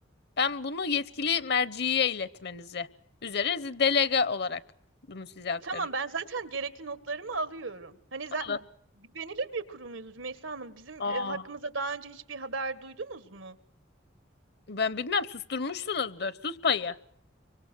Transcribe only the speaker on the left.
Ben bunu yetkili merciye iletmenizi üzere siz delege olarak bunu size aktarıyorum.
Alın.
Aa.
Ben bilmem susturmuşsunuzdur. Sus payı.